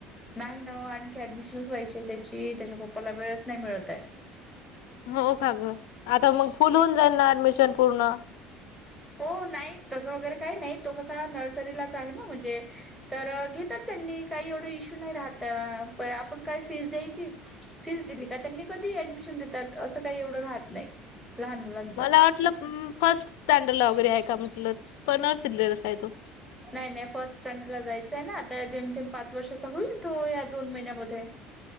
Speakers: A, in the centre; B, on the left (about 80°).
A: नाही ना आणखी ऍडमिशनच व्हायची आहे त्याची त्याच्या पप्पाला वेळच नाही मिळत हाय.
B: हो का ग. आता मग फुल होऊन जाईल ना ऍडमिशन पूर्ण.
A: हो नाही. तसं वगैरे काही नाही. तो कसा नर्सरीलाच आहे ना म्हणजे -- तर घेतात त्यांनी काही एवढा इश्यू नाही राहत प आपण काय फीज द्यायची फीस दिली का त्यांनी कधी ऍडमिशन देतात असं काही एवढं राहत नाही लहान मुलांचं.
B: मला वाटलं अं फस्ट स्टॅडर्ड वगैरे हाय का म्हटलं पण <unintelligible> हाय तो.
A: नाही नाही फर्स्ट स्टँडर्ड ला जायचं आहे ना आता जेम तेम पाच वर्षाचा होईल तो या दोन महिन्यामध्ये.